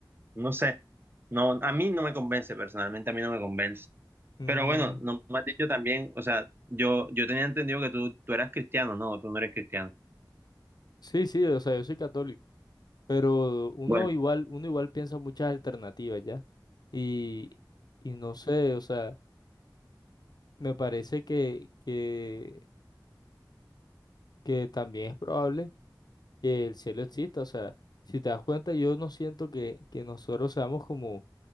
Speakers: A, on the right; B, on the left.
A: no sé, no, a mí no me convence, personalmente a mí no me convence.
B: Mm,
A: Pero bueno, no me has dicho también, o sea, yo, yo tenía entendido que tú, tú eras cristiano, no, tú no eres cristiano.
B: sí, sí, o sea, yo soy católico, pero uno
A: Bueno,
B: igual, uno igual piensa muchas alternativas, ¿ya? Y, y no sé, o sea, me parece que, que, que también es probable que el cielo exista, o sea, si te das cuenta, yo no siento que, que nosotros seamos como